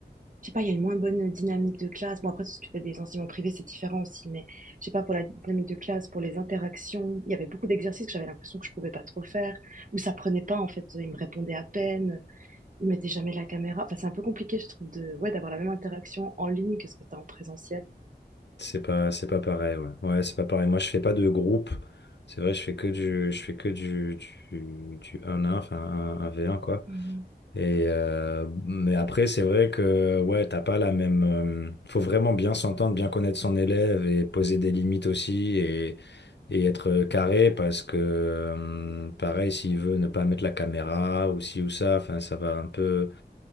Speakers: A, on the right; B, on the left.
A: je sais pas, il y a une moins bonne dynamique de classe. Bon, après, si tu fais des enseignements privés, c'est différent aussi, mais je sais pas, pour la dynamique de classe, pour les interactions, il y avait beaucoup d'exercices que j'avais l'impression que je pouvais pas trop faire, ou ça prenait pas, en fait, ils me répondaient à peine, ils mettaient jamais la caméra. Enfin, c'est un peu compliqué, je trouve, de, ouais, d'avoir la même interaction en ligne que ce que tu as en présentiel.
B: C'est pas, c'est pas pareil, ouais. Ouais, c'est pas pareil. Moi, je fais pas de groupe. C'est vrai, je fais que du, je fais que du, du, du 1-1, enfin, un un v 1 quoi.
A: Mhm.
B: Et euh, mais après, c'est vrai que ouais, t'as pas la même. euh, faut vraiment bien s'entendre, bien connaître son élève et poser des limites aussi et, et être carré parce que euh, pareil, s'il veut ne pas mettre la caméra ou ci ou ça, enfin, ça va un peu,